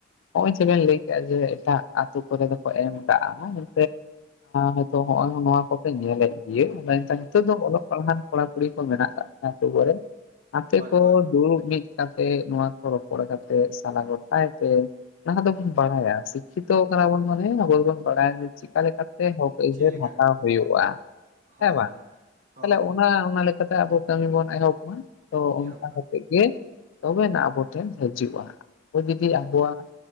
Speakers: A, on the left; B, on the right.
A: ᱱᱚᱜᱼᱚᱭ ᱪᱮᱫ ᱵᱮᱱ ᱞᱟᱹᱭ ᱠᱮᱫᱼᱟ ᱡᱮ ᱮᱴᱟᱜ ᱟᱛᱳ ᱠᱚᱨᱮ ᱫᱚᱠᱚ ᱮᱢ ᱠᱟᱜ <unintelligible> ᱦᱚᱛᱚ ᱱᱚᱜᱚᱭ ᱱᱚᱣᱟ ᱠᱚᱯᱮ ᱧᱮᱞᱮᱫ ᱜᱮ <unintelligible> ᱫᱚ ᱚᱞᱚᱜ ᱯᱟᱲᱦᱟᱜ ᱠᱚᱲᱟ ᱠᱩᱲᱤ ᱠᱚ ᱢᱮᱱᱟᱜ ᱠᱟᱜ ᱟ. ᱛᱩ ᱠᱚᱨᱮ ᱜᱟᱛᱮ
B: ᱦᱳᱭ
A: ᱠᱚ
B: ᱦᱳᱭ
A: ᱫᱩᱲᱩᱵ ᱢᱤᱫ ᱠᱟᱛᱮ <inaudible> ᱠᱟᱛᱮ ᱱᱚᱣᱟ ᱠᱚ ᱨᱚᱯᱚᱲ ᱠᱟᱛᱮ ᱥᱟᱞᱟ ᱜᱚᱴᱟᱭ ᱯᱮ ᱚᱱᱟ ᱫᱚᱵᱚᱱ ᱵᱟᱲᱟᱭᱟ ᱥᱤᱠᱠᱷᱤᱛᱚ ᱠᱟᱱᱟ ᱵᱚᱱ ᱢᱟᱱᱮ ᱟᱵᱚ ᱫᱚᱵᱚᱱ ᱵᱟᱲᱟᱭᱟ ᱡᱮ ᱪᱤᱠᱟ ᱞᱮᱠᱟ ᱛᱮ ᱛᱮ ᱦᱚᱠ ᱟᱹᱭᱫᱟᱹᱨ
B: ᱪᱮᱫ ᱞᱮᱠᱟ
A: ᱦᱟᱛᱟᱣ ᱦᱩᱭᱩᱜᱼᱟ
B: ᱦᱳᱭ
A: ᱦᱮᱸ ᱵᱟᱝ
B: ᱦᱳᱭ ᱦᱳᱭ
A: ᱛᱟᱦᱚᱞᱮ ᱚᱱᱟ ᱚᱱᱟ ᱞᱮᱠᱟᱛᱮ ᱟᱵᱚ ᱠᱟᱹᱢᱤ ᱵᱚᱱ ᱮᱦᱚᱵ ᱢᱟ ᱛᱚ ᱚᱱᱠᱟ
B: ᱮᱦᱚᱵᱟ
A: ᱠᱟᱛᱮ ᱜᱮ ᱛᱚᱵᱮᱱᱟᱭ ᱟᱵᱚ ᱴᱷᱮᱱ ᱦᱤᱡᱩᱜᱼᱟ ᱟᱵᱚ ᱡᱩᱫᱤ ᱟᱵᱚᱣᱟᱜ